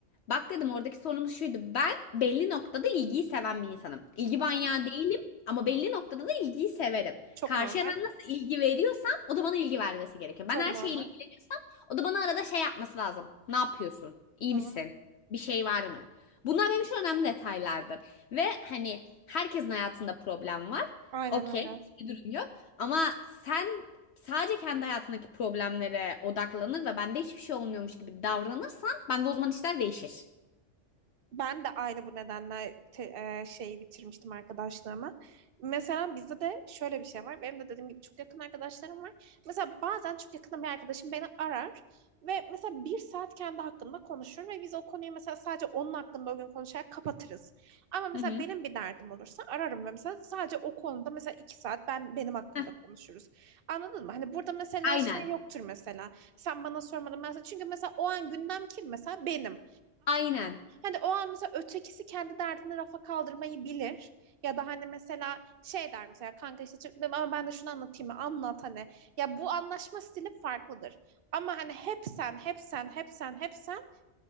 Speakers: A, on the left; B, on the right.
A: bak dedim oradaki sorunumuz şuydu. Ben belli noktada ilgiyi seven bir insanım. İlgi
B: hı
A: manyağı
B: hı.
A: değilim ama belli noktada da ilgiyi severim.
B: Çok
A: Karşıya
B: normal.
A: ben nasıl ilgi veriyorsam o da bana ilgi vermesi gerekiyor.
B: Çok
A: Ben her
B: normal.
A: şeyle ilgileniyorsam o da bana arada şey yapması lazım. Ne yapıyorsun? İyi
B: Hı
A: misin?
B: hı.
A: Bir şey var mı? Bunlar benim için önemli detaylardır. Ve hani herkesin hayatında problem var.
B: Aynen
A: Okey,
B: öyle.
A: hiçbir durum yok. Ama sen sadece kendi hayatındaki problemlere odaklanır ve bende hiçbir şey olmuyormuş gibi davranırsan bende o zaman işler değişir.
B: Ben de aynı bu nedenle te- e, şeyi bitirmiştim arkadaşlığımı. Mesela bizde de şöyle bir şey var. Benim de dediğim gibi çok yakın arkadaşlarım var. Mesela bazen çok yakın bir arkadaşım beni arar ve mesela bir saat kendi hakkında konuşur ve biz o konuyu mesela sadece onun hakkında o gün konuşarak kapatırız. Ama mesela
A: Hı hı.
B: benim bir derdim olursa ararım ve mesela sadece o konuda mesela iki saat ben benim hakkımda
A: Heh,
B: konuşuruz. Anladın mı? Hani burada mesela
A: aynen.
B: şey yoktur mesela. Sen bana sormadın mesela. Çünkü mesela o an gündem kim mesela? Benim.
A: Aynen.
B: Hani o an mesela ötekisi kendi derdini rafa kaldırmayı bilir. Ya da hani mesela şey der mesela kanka işte çık- ama ben de şunu anlatayım mı? Anlat hani. Ya bu anlaşma stili farklıdır. Ama hani hep sen, hep sen, hep sen, hep sen